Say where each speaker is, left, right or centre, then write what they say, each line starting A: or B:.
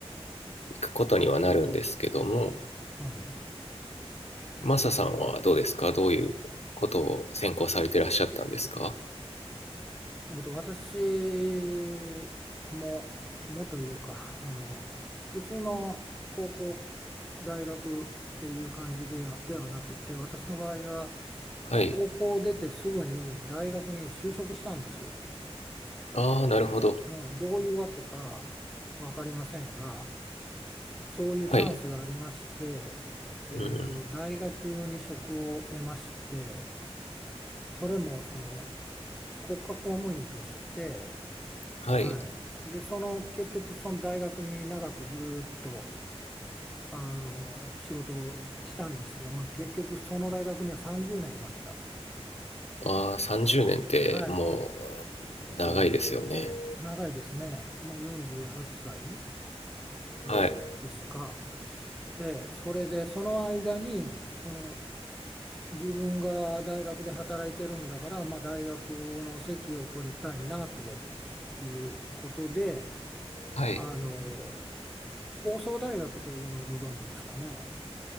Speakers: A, on the left; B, in the centre.
A: 行くことにはなるんですけども、
B: はい。
A: マサさんはどうですかどういうことを専攻されてらっしゃったんですか
B: えっと、私も、もというか、<laughs> あの、普通の高校、大学っていう感じでは、ではなくて、私の場合は、
A: はい。
B: 高校を出てすぐに大学に就職したんです。
A: ああ、なるほど。
B: うん、どういうわけか分かりませんが、そういうチャンスがありまして、
A: はい。
B: えっと、
A: うん。
B: 大学に職を得まして、それもその国家公務員として、
A: はい。
B: はい。で、その結局その大学に長くずーっとあの仕事をししたんですけど、まあ、結局その大学には30年いました。
A: ああ、30年っても
B: はい。さ
A: う長いですよね。
B: 長いですね。もう48歳ぐらいですか。
A: はい。
B: ええ、それでその間にその自分が大学で働いてるんだから、まあ、大学の席を取りたいなということで、
A: はい。
B: あの、放送大学というのをご存知ですかね。